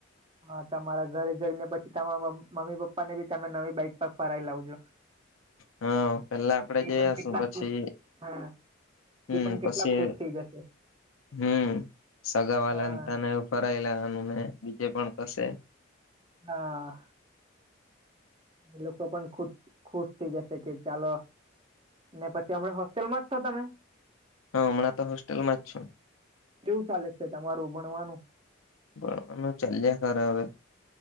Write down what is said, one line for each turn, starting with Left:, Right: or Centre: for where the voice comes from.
Right: હા તમારા ઘરે જઈને પછી તમા મમ્મી પપ્પાને બી નવી બાઈક પર ફરાવી લાવજો <inaudible>
Left: હા પેલા આપડે
Right: એ
Left: જઈયાશુ
Right: પણ કેટલા
Left: પછી
Right: ખુશ હા
Left: હમ
Right: એ પણ કેટલા
Left: પછી
Right: ખુશ થઈ જશે
Left: હમ સગાવાલા
Right: હા
Left: તને ફરાયેલાવાનુંને બીજે પણ કસે
Right: હા લોકો પણ ખુશ ખુશ થઈ જશે કે ચાલો ને પછી હમણા હોસ્ટેલમાં જ છો તમે
Left: હા હમણાં તો હોસ્ટેલમાં જ છું
Right: કેવું ચાલે છે તમારું ભણવાનું.
Left: ભણવાનું ચાલ્યા કરા હવે